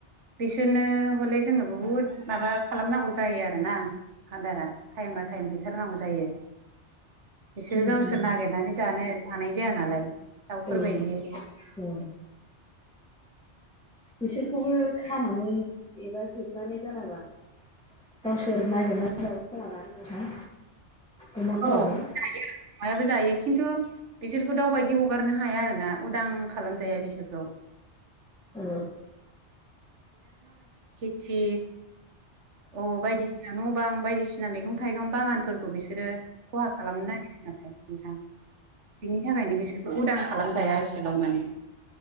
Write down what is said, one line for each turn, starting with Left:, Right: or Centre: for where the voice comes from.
Right: बिसोरनो हले जोङो बुहुद माबा खालामनांगौ जायो आरोना। आदारा टाइम बा टाइम हैथारनांगौ जायो। बिसोरो
Centre: उम
Right: गावसोर नागिरनानै जानो थानाय जाया नालाय। दाउफोरबायदि
Centre: औ औ बिसोरखौबो खानानै एबा जोबनानै दोनाबा। गावसोर नागिरनानै जायो खोमा ना नोंथां? अमाफोराबो
Right: औ जायो अमायाबो जायो खिन्थु बिसोरखौ दाउबायदि हगारनो हाया आरोना उदां खालामजाया बिसोरखौ
Centre: औ
Right: जि अ बायदिसिना न' बां बायदिसिना मैगं थाइगं बागानफोरखौ बिसोरो खहा खालामनो नांदों नाथाय नोंथां बिनि थाखायनो बिसोरखौ उदां खालामजाया एसेबां माने